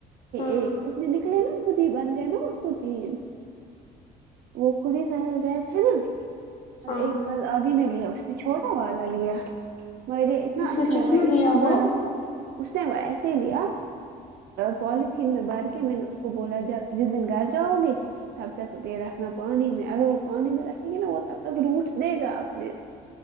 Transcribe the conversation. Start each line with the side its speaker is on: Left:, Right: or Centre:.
Left: ہاں
Right: ایک اس میں نکلے نا خود ہی بن گئے نا اس کو تین وہ خود ہی سہل گئے تھے نا اب
Left: ہاں
Right: ایک کال آدی نے لیا اس نے چھوٹا والا لیا مگر یہ اتنا
Left: اس
Right: اچھا
Left: نے کس
Right: ہوا
Left: میں
Right: اتنا
Left: لیا وہ
Right: بڑا اس نے وہ ایسے ہی لیا پولتھین میں بار کے میں نے اس کو بولا جس دن گھر جاؤ گے تب تک پے رکھنا پانی میں اگر وہ پانی میں رکھیں گے نا وہ تب تک روٹس دے گا اپنے